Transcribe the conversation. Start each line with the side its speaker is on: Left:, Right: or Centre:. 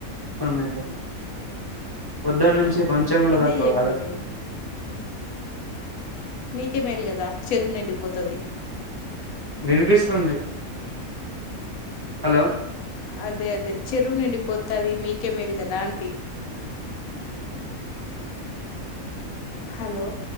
Right: దండి పొద్దున్న నుంచి
Left: అవునా
Right: కొంచెం కూడా
Left: ఎంజాయ్
Right: తక్కువ
Left: చేయండి
Right: కాలే
Left: మరి మీకే మేల్ కదా చెరువు నిండిపోతది
Right: వినిపిస్తుంది హలో
Left: అదే అదే చెరువు నిండిపొతది మీకే మేల్ కదా అంటీ హలో